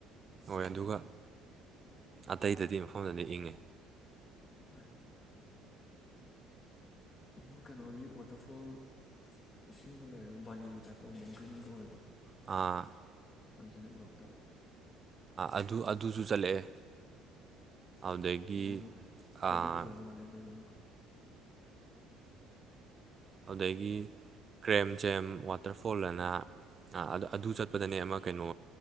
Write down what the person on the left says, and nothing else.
ꯍꯣꯏ ꯑꯃ ꯀꯩꯅꯣꯒꯤ ꯋꯥꯇꯔꯐꯣꯜ ꯏꯁꯤꯡꯗ ꯂꯩꯔꯒ ꯕꯥꯂꯤꯒꯤꯗ ꯇꯧꯕꯅꯦ ꯒ꯭ꯔꯤꯟꯒꯤ ꯑꯣꯏꯜꯗꯣ
ꯑꯗꯨꯗꯤ ꯎꯔꯛꯇꯔ
ꯑꯗꯨꯁꯨ ꯐꯗꯤ
ꯐꯖꯕ ꯃꯥꯜꯂꯦ ꯑꯗꯨꯗꯨ